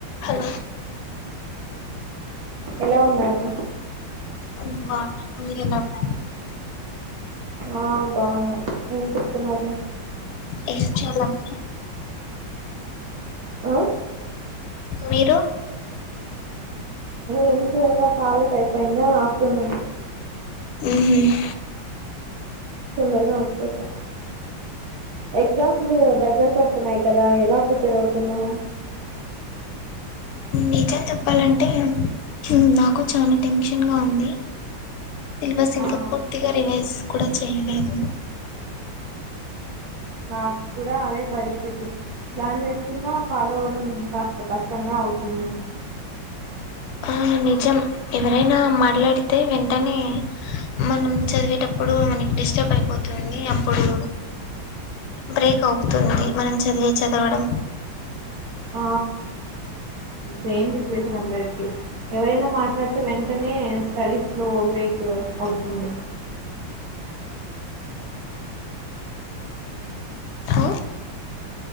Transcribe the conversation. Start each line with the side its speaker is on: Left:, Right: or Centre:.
Left: Hello
Right: ఎలా ఉన్నారు
Left: నేన్ బాగున్నా మీర్ ఎలా ఉన్నారు
Right: అ బాఉన్నాం ఏం చెస్తున్నారు
Left: ఏం చేయాలా మీరు
Right: అ
Left: మీరు
Right: ఎం చేయాలె కాలేజ్ అయిపోయింద ఆఫటర్నూన్
Left: ఉహుమ్
Right: తొందరగా వచ్చేసా ఎగ్ జామ్స్ దగ్గర పడ్ తున్నాయి కదా ఎలా ప్రిపేర్ అవుతున్నవ్
Left: నిజం చెప్పాలంటే ఉమ్ నాకు చాలా టెన్షన్ గా ఉంది సిలబస్ ఇంకా
Right: ఆ
Left: పూర్తిగా రివైజ్ కూడా చేయలేదు.
Right: నా కూడా అదే పరిస్థితి ప్లాన్ వేస్ కున్నా ఫాలోడం ఇంకా టుకస్ కష్టంగా ఔతుంది
Left: ఆ నిజం ఎవరైనా మాట్లాడితే వెంటనే మనం చదివే టప్ ప్పుడు మనకి డిస్టర్బ్ అయిపోతుంది. అప్పుడు బ్రేక్ అవుతుంది. మనం చది వె చదవడం
Right: అ సేమ్ సిచ్యువేషన్ అందరికి ఎవరైనా మాట్లాడితే వెంటనే స్టడీస్ లో బ్రేక్ అవుతుంది.
Left: హ